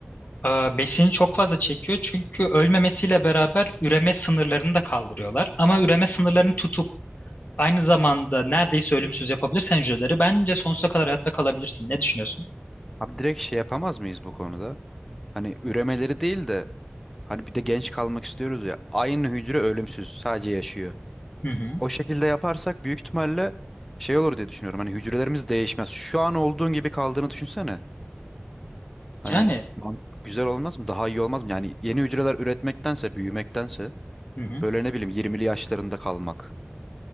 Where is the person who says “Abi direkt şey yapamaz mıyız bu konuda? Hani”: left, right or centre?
Centre